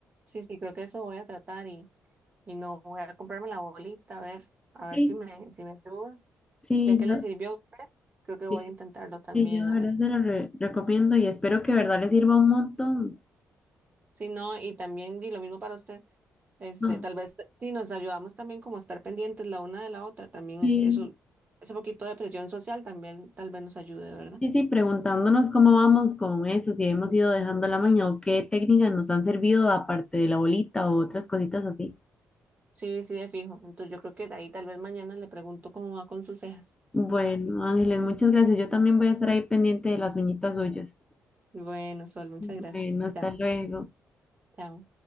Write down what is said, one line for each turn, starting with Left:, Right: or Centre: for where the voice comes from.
Right: sí, sí, creo que eso voy a tratar y, y no voy a comprarme la bolita, a ver, a ver
Left: Sí,
Right: si me, si me ayuda.
Left: sí,
Right: Ya que
Left: yo,
Right: le sirvió a usted, creo que voy
Left: sí.
Right: a intentarlo también,
Left: Sí, yo de
Right: a ver.
Left: verdad se lo re- recomiendo y espero que de verdad les sirva un montón.
Right: Sí, no, y también di lo mismo para usted. Este,
Left: No,
Right: tal vez si nos ayudamos también como a estar pendientes la una de la otra, también
Left: sí,
Right: eso, ese poquito de presión social también tal vez nos ayude, ¿verdad?
Left: sí, sí, preguntándonos cómo vamos con eso, si hemos ido dejando la maña
Right: Sí.
Left: o qué técnicas nos han servido aparte de la bolita o otras cositas así.
Right: Sí, sí, de fijo. Entonces yo creo que de ahí tal vez mañana le pregunto cómo va con sus cejas.
Left: Bueno, Ángeles, muchas gracias. Yo también voy a estar ahí pendiente de las uñitas suyas.
Right: Bueno, Sol, muchas
Left: Bueno,
Right: gracias.
Left: hasta
Right: Chao,
Left: luego.
Right: chao.